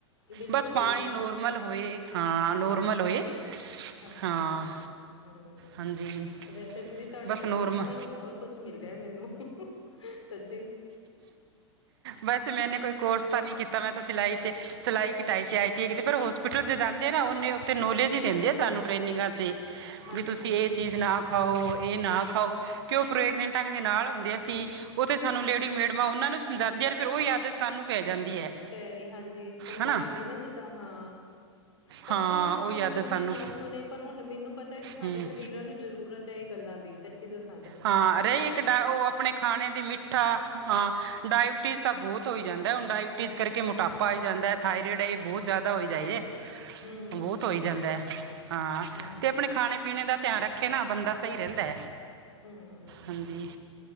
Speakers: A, on the left (about 70°); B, on the right (about 55°).
A: ਬਿਲਕੁਲ
B: ਬਸ ਪਾਣੀ
A: ਬਿਲਕੁਲ
B: ਨੋਰਮਲ ਹੋਏ, ਹਾਂ ਨੋਰਮਲ
A: ਹੂੰ
B: ਹੋਏ
A: ਅੱਛਾ
B: ਹਾਂ,
A: ਹੂੰ
B: ਹਾਂਜੀ।
A: ਵੈਸੇ ਦੀਦੀ ਤੁਹਾਡੇ
B: ਬਸ
A: ਕੋਲੋਂ
B: ਨੋਰਮਲ
A: ਸਿੱਖਣ ਨੂੰ ਬਹੁਤ ਕੁਛ ਮਿਲ ਰਿਹਾ ਮੈਨੂੰ, ਸੱਚੀ
B: ਵੈਸ ਮੈਨੇ ਕੋਈ ਕੋਰਸ ਤਾਂ ਨਹੀਂ ਕੀ ਤਾਂ ਮੈਂ ਤਾਂ ਸਿਲਾਈ ਚ ਸਲਾਈ ਕੀਟਾਈ ਚ ਆਯਟੀਆਯ ਕੀਤਾ ਭਰੋ ਹੋਸਪਿਟਲ ਜਾਂਦੇ ਨਾ ਉਹਨੇ ਉੱਥੇ ਨੌਲੇਜ ਹੀ ਦਿੰਦੇ ਆ ਸਾਨੂੰ ਟ੍ਰੇਨਿੰਗਾਂ ਚੀ
A: ਹਾਂਜੀ
B: ਵੀ ਤੁਸੀਂ
A: ਹਾਂਜੀ
B: ਇਹ ਚੀਜ਼ ਨਾ ਖਾਓ, ਇਹ ਨਾ ਖਾਓ ਕਿ ਉਹ ਪ੍ਰੇਗਨੈਂਟਾਂ ਦੇ ਨਾਲ ਹੁੰਦੇਸੀਂ ਉਹ ਤੇੇ ਸਾਨੂੰ ਰੇਡੀ ਮੇਡਮਾਂ ਉਹਨਾ ਨੂੰ ਸਮਝਾਉਂਦੀਆਂ ਫਿਰ ਉਹ ਆਦਤ ਸਾਨੂੰ ਪੈ ਜਾਂਦੀ ਹੈ।
A: ਪੈ ਗਈ ਹਾਂਜੀ ਸਮਝਾਨ
B: ਹਨਾ
A: ਦੀ ਨਾ ਜਿੱਦਾਂ ਹਾਂ ਪਰ
B: ਹਾਂ
A: ਓਈ ਐ ਨਾ
B: ਉਹ
A: ਕੋਈ
B: ਯਾਦ
A: ਸੁਨੇ
B: ਹੈ ਸਾਨੂੰ
A: ਨਾ ਸੁਨੇ ਪਰ ਹੁਨ ਮੈਨੂੰ ਪਤਾ ਐ ਕੇ ਸਾਡੇ
B: ਹੂੰ
A: ਸਰੀਰਾਂ ਨੂੰ ਜ਼ਰੂਰਤ ਤਾਂ ਏ ਗੱਲਾਂ ਦੀ ਸੱਚੀ ਦੱਸ
B: ਹਾਂ ਰਈ ਇੱਕ ਡਾ ਓ ਆਪਨੇ ਖਾਨੇ ਦੀ ਮਿੱਠਾ ਹਾਂ ਡਾਇਬਟੀਜ਼ ਤਾਂ ਬੋਤ ਹੋਈ ਜਾਂਦਾ ਹੁਨ ਡਾਇਬਟੀਜ਼ ਕਰਕੇ ਮੋਟਾਪਾ ਆਈ ਜਾਂਦੈ। ਥਾਈਰੇਡ ਏਹ ਬਹੁ ਜ਼ਾਦਾ ਹੋਈ ਜਾਈਏ।
A: ਹੂੰ
B: ਬੋਤ ਹੋਈ ਜਾਂਦਾ ਐ ਹਾਂ
A: ਹਾਂਜੀ
B: ਤੇ ਆਪਨੇ ਖਾਨੇ ਪੀਨੇ ਦਾ ਧਿਆਨ ਰੱਖੇ ਨਾ ਬੰਦਾ ਸਈ ਰੈਂਦਾ।
A: ਹੂੰ।
B: ਹਾਂਜੀ,